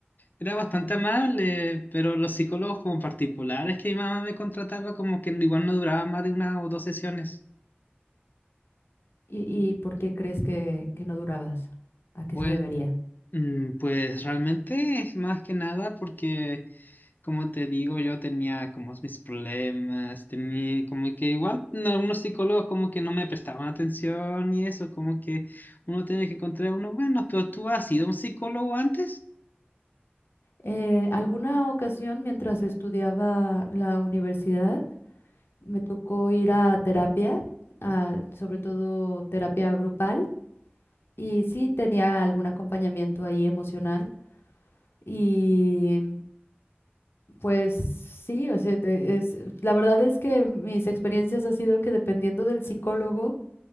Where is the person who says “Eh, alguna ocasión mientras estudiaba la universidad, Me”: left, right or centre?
Left